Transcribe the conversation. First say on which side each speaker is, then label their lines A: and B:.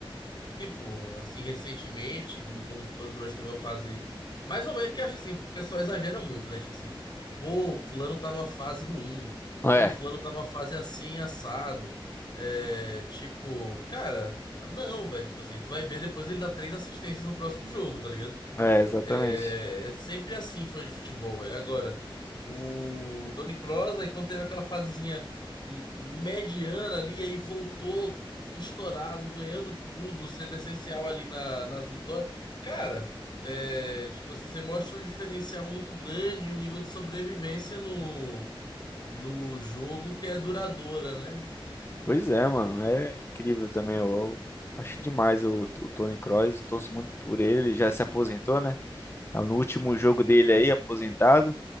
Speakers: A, on the left; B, on the left.
A: tempo, assim, recentemente, no- quando, quando nós temos uma fase. Mais ou menos, que eu acho assim, o pessoal exagera muito, né? Tipo assim, pô, fulano tá numa fase ruim,
B: É,
A: pô, fulano tá numa fase assim, assado. É, tipo, cara, não, velho, tipo assim, tu vai ver depois ele dá três assistências no próximo jogo, tá ligado?
B: é, exatamente.
A: É, é sempre assim, fã de futebol, velho. Agora, o Toni Kroos, aí quando teve aquela fasezinha m- mediana ali, aí voltou estourado, ganhando tudo, sendo essencial ali na- nas vitórias. Cara, é, tipo assim, você mostra um diferencial muito grande, um nível de sobrevivência no, no jogo que é duradoura, né?
B: Pois é, mano, é incrível também. Eu, eu acho demais o, o Toni Kroos, torço muito por ele. Ele já se aposentou, né? No último jogo dele aí, aposentado.